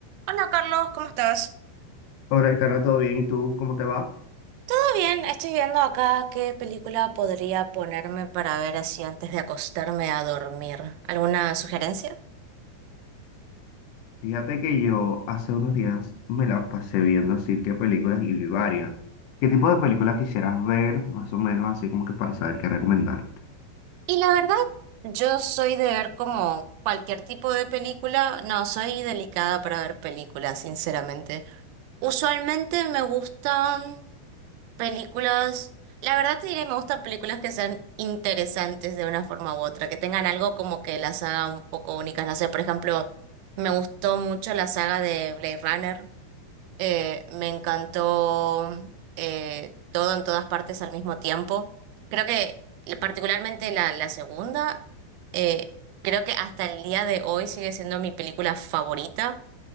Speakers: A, on the right; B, on the left.
A: Hola Carlos, ¿cómo estás?
B: Hola, Itana, ¿todo bien? ¿Y tú cómo te va?
A: Todo bien, estoy viendo acá qué película podría ponerme para ver así antes de acostarme a dormir. ¿Alguna sugerencia?
B: Fíjate que yo hace unos días me la pasé viendo así que películas y vi varias. ¿Qué tipo de películas quisieras ver, más o menos, así como que para saber qué recomendarte?
A: Y la verdad, yo soy de ver como cualquier tipo de película. No, soy delicada para ver películas, sinceramente. Usualmente me gustan Películas, la verdad te diré, me gustan películas que sean interesantes de una forma u otra, que tengan algo como que las haga un poco únicas. No sé, por ejemplo, me gustó mucho la saga de Blade Runner, eh, me encantó eh, todo en todas partes al mismo tiempo. Creo que eh, particularmente la, la segunda, eh, creo que hasta el día de hoy sigue siendo mi película favorita.